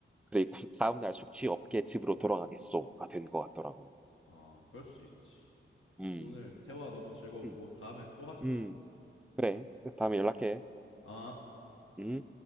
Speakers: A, in the centre; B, on the left.
A: 그리고 <laughs> 다음날 숙취 없게 집으로 돌아가겠소가 된 것 같더라고.
B: 아 그럴 수 있지.
A: 음.
B: 오늘 대화 너무 즐거웠고
A: 음,
B: 다음에 또 하자.
A: 음, 그래. 다음에 연락해.
B: 아.
A: 음.